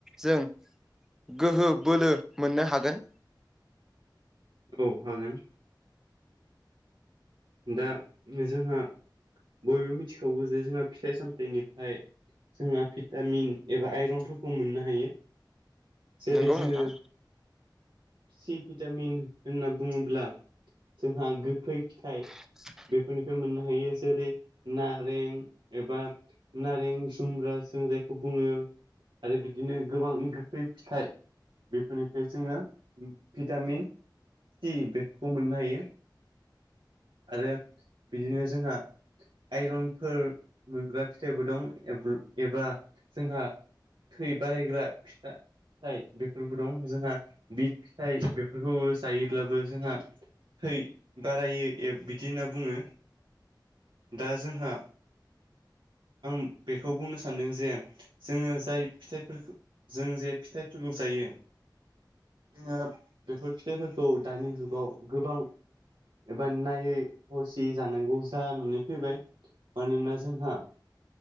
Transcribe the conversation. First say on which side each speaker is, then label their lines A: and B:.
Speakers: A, in the centre; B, on the right (about 85°).
A: जों गोहो बोलो मोननो हागोन।
B: औ हागोन। दा जोंहा बयबो मिथिखागौ जे जोंहा फिथाइ सामथाइनिफ्राय जोंहा भिटामिन एबा आइरनफोरखौ मोननो हायो। जेरै
A: नंगौ
B: जोङो
A: नोंथां
B: सि भिटामिन होनना बुङोब्ला जोंहा गोखै फिथाइ
A: <inaudible>
B: बेफोरनिफ्राय मोननो हायो जेरै नारें एबा नारें जुमब्रा जों जायखौ बुङो आरो बिदिनो गोबां गोखै फिथाइ। बेफोरनिफ्राय जोङो भिटामिन सि बेफोरखौ मोननो हायो आरो बिदिनो जोंहा आइरनफोर मोनग्रा फिथाइबो दं एब्रु एबा जोंहा थै बारायग्रा फिथा थाइ बेफोरबो दं जोंहा बिट फिथाइ बेफोरखौबो जायोब्लाबो जोंहा थै बारायै एप बिदिनो बुङो दा जोंहा आं बेखौ बुंनो सान्दों जे जोङो जाय फिथाइफोरखौ जों जे फिथाइफोरखौ जायो जोङो बेफोर फिथाइफोरखौ दानि जुगाव गोबां बा नायै हसियै जानांगौ जानानै फैबाय मानोना जोंहा